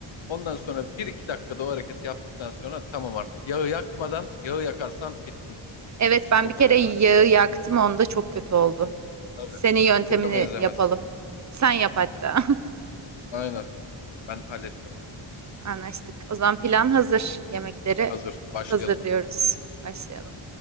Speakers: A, on the left; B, on the right.
A: Ondan sonra bir iki dakikada o hareketi yaptıktan sonra tamam artık. Yağı yakmadan, yağı yakarsan bittin.
B: Evet
A: Hiçbir
B: ben
A: boka
B: bir kere
A: benzemez.
B: yağı yaktım onda çok kötü oldu.
A: Tabii.
B: Senin yöntemini
A: Hiçbir boka benzemez.
B: yapalım. Sen yap hatta.
A: Aynen. Ben halledeceğim onu.
B: <laughs> Anlaştık. O zaman plan hazır. Yemekleri
A: Hazır. Başlayalım.
B: hazırlıyoruz. Başlayalım.